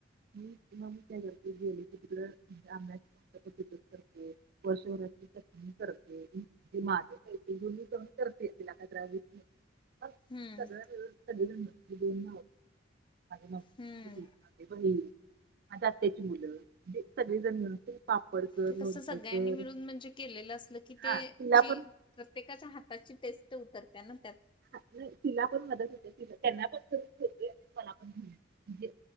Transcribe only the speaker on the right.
मी <inaudible> मी त्या घरती गेली की तिकडे आंब्या <inaudible> त वर्ष वर्षची <inaudible> चणी करते <inaudible> माझ कर <unintelligible> <inaudible> लात रा <unintelligible> <inaudible>
सगळ्याग दोन माझ
<inaudible> ब माझ आत्याची मुलं म्हणे सगळेजण पापड. कर
लोणचं
कर
हा
तिला पण
<unintelligible> <inaudible> ह नाही तिला पण मदत होते तिला त्यांना पण कर होते मला पणजे